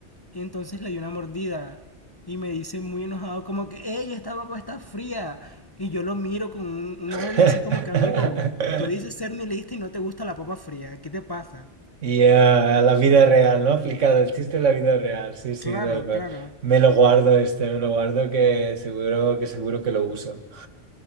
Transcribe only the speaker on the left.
Y entonces le di una mordida. Y me dice muy enojado, como que, hey, esta papa está fría. Y yo lo miro con un, un
odio así como que, amigo, tú dices ser nihilista y no te gusta la papa fría. ¿Qué te pasa?
Claro,
claro.